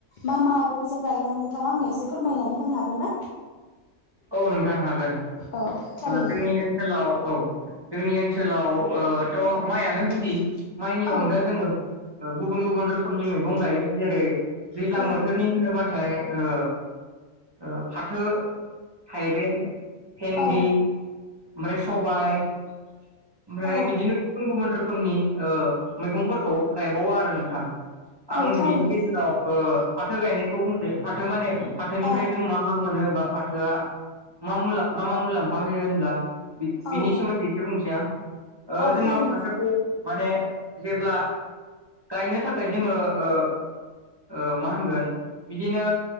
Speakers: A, on the left; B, on the right.
A: मा मा आदबजों गायो नोंथाङा आंनो एसे फोरमायनानै होनो हागोन ना?
B: औ नोंथां हा गोन।
A: औ थारैनो
B: जोंनि ओनसोलाव औ। जोंनि ओनसोलाव ओ थ' माइयानो गुदि। माइनि
A: औ
B: अनगा जोङो ओ गुबुन गुबुन रोखोमनि मैगं गायो। जेरै दैज्लां
A: औ
B: बोथोरनि होनोबा थाय ओ ओ फाथो थाइबें, भेन्दि,
A: औ
B: ओमफ्राय सबाइ ओमफ्राय
A: औ
B: बिदिनो गुबुन गुबुन रोखो खोमनि मैगंफोरखौ गायबावो आरो नोंथां।
A: औ
B: आं
A: थारैनो
B: बिनि गेजेराव ओ फाथो गायनायखौ बुं फाथो माने फाथोनिफ्राय
A: औ
B: जों मा मा मोनो बा फाथोआ मा मु मा मा मुलाम्फा होयो होनब्ला बि
A: औ
B: बिनि सोमोन्दै इसे बुंनोसै आं ओ
A: औ
B: जोङो
A: थारैनो
B: फाथोखौ माने जेब्ला गायनो थाखाय जोङो ओ ओ मा होनगोन बिदिनो